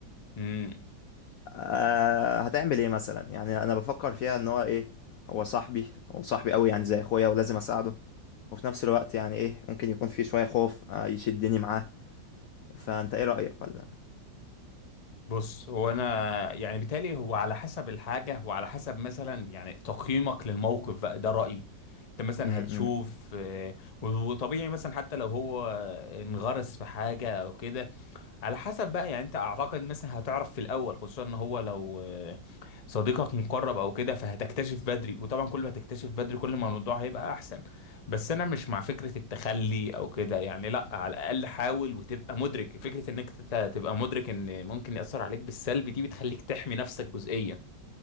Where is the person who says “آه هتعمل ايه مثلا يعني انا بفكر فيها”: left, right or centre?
Left